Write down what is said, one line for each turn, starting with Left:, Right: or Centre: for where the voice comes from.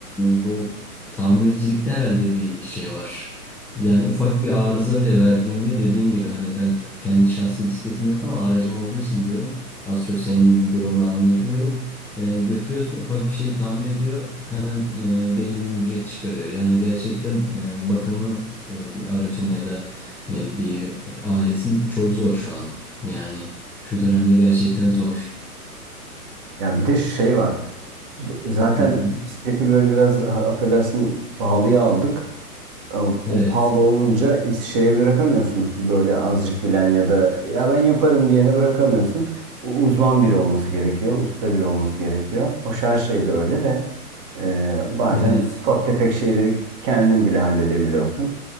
Centre: e, bu tamircilikte herhalde bir şey var. Yani ufak bir arıza bile verdiğinde dediğin gibi hani ben kendi şahsi bisikletim yok ama aracım olduğu için diyorum az çok senin durumunu anlayabiliyorum. E, götürüyorsun ufak bir şeyi tamir ediyor hemen e, belli bir ücret çıkarıyor. Yani gerçekten e, bakımı e, bir aracın ya da e, bir aletin çok zor şu an. Yani şu dönemde gerçekten zor.
Right: ya bir de şey var zaten
Centre: Hı hı.
Right: bisikleti böyle biraz ha- affedersin pahalıya aldık O
Centre: Evet,
Right: pahalı olunca is- şeye bırakamıyorsun. Böyle azıcık bilen ya da ya ben yaparım diyene bırakamıyorsun. U- Uzman biri olması gerekiyor. Usta biri olması gerekiyor. Hoş her şeyde öyle de e, bazen
Centre: evet,
Right: ufak tefek şeyleri kendin bile halledebiliyorsun.